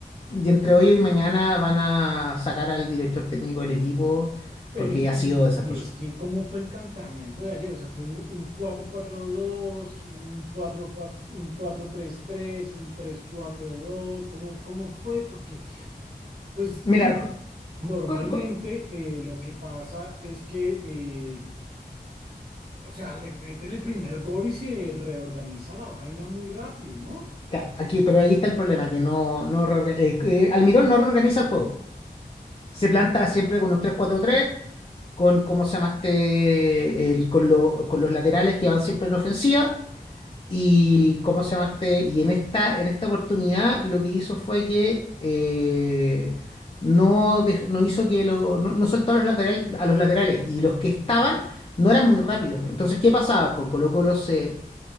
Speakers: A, on the left; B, on the right.
A: y entre hoy y mañana van a sacar al director técnico del equipo
B: Pero
A: porque
B: y,
A: ya ha sido desastroso.
B: y- y es que, ¿cómo fue el planteamiento de ayer? O sea, fue un, un cuatro 4 2 un cuatro cuatro un cuatro tres tres un tres cuatro dos cómo cómo fue? Porque, pues,
A: Mira, col-
B: normalmente
A: col- col-
B: eh, lo que pasa es que, eh, o sea, le meten el primer gol y se reorganiza la vaina muy rápido, ¿no?
A: ya, aquí, pero ahí está el problema, que no, no reorga- eh, eh, Almirón no reorganiza el juego. Se planta siempre con un tres cuatro tres con, ¿cómo se llama este? El, con, lo- con los laterales que van siempre en ofensiva Y cómo se llamaste y en esta, en esta oportunidad lo que hizo fue que eh, no, dej- no hizo que lo, no, no soltó a los lateral- a los laterales y los que estaban no eran muy rápidos. Entonces, ¿qué pasaba? Co- Colo Colo se